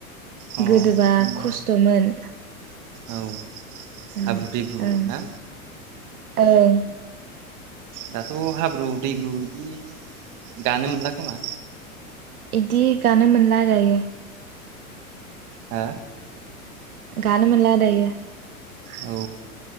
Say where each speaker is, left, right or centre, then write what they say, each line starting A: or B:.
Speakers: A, on the right; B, on the right.
A: अ
B: गोदोबा
A: उम
B: खस्थमोन।
A: औ
B: ओं
A: हाब्रु दैेब्रु ना
B: ओं
A: दाथ हाब्रु दैब्रु बिदि गानो मोनला खोमा
B: बिदि गानो मोनला दायो
A: हा
B: गानो मोनलादायो
A: औ